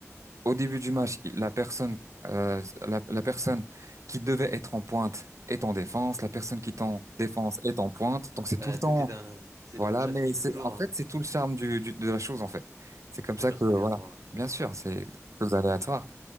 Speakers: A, on the right (about 70°); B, on the right (about 80°).
A: Au début du match, il- la personne, euh, la, la personne qui devait être en pointe est en défense, la personne qui est en défense est en pointe. Donc c'est tout
B: Euh,
A: le
B: tout
A: temps,
B: est un, c'est
A: voilà.
B: tout, ça
A: Mais
B: finit
A: c'est
B: toujours
A: en fait
B: euh,
A: c'est tout le charme du, du- de la chose en fait. C'est comme
B: de
A: ça
B: façon
A: que voilà,
B: aléatoire.
A: bien sûr, c'est quelque chose aléatoire.